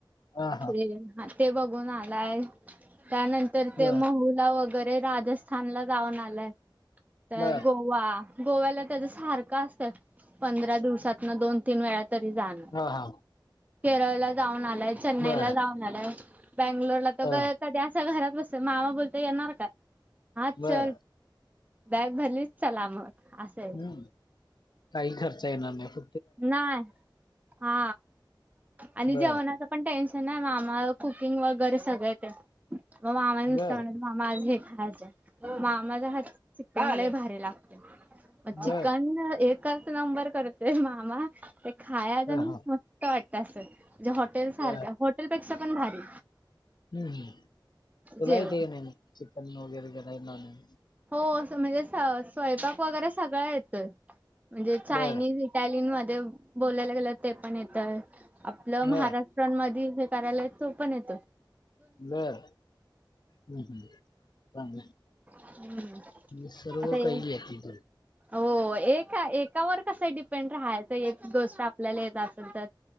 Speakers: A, on the left; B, on the right.
A: हा हा
B: ते ह ते बघून आलाय त्यानं तर ते
A: बर
B: महुला वगैरे राजस्थानला जाऊन आलंय तर
A: बर
B: गोवा गोव्याला त्याच सारखं असतं पंधरा दिवसात ना दोन, तीन वेळा तरी जाणं
A: हा, हा
B: केरळला जाऊन आलाय चेन्नई
A: बर
B: ला जाऊन आलाय बेंगलोरला तर
A: ह
B: ग कधी असा घरात बसत मामा बोलता येणार काय आाज
A: बर
B: चल बॅग भरलीच चला मग असय
A: ह काही खर्च येणार नाही फ
B: नाही हा आणि
A: बर
B: जेवणाचा पण टेन्शन नाही मामा कुकिंग वगैरे सगळ येतय मग मामा नुसत
A: बर
B: म्हणा मामा आज हे खायचं मामाझ हा चिकन लय भारी लागतय चिकन
A: बर
B: एच नंबर करतोय मामा ते खायाच
A: ह
B: आण
A: हा
B: म का वाटत असं म्हणजे हॉटेल सारखं
A: बर
B: हॉटेलपेक्षा पण भारी
A: हम्म, हम्म तुला
B: जेवण.
A: येतय का नाही चिकन वगैर कराय नॉनव्हेज
B: हो अस म्हणजे स्वयंपाक वगैरे सगळं येतोय म्हणजे चायनीज
A: बर
B: टॅलिन मध्ये बोलायला गेलं ते पण येतय आपलं
A: हा
B: महारा स्ट्रान मधी हे करायलय तो पण येतो
A: बर ह, ह चांगलाय
B: हम्म.
A: म्हणजे सर्व
B: आता एक
A: काही व्हातीतून
B: हो एका एकावर कसं डिपेंड राहायचं एक गोष्ट आपल्याला येत असेल तर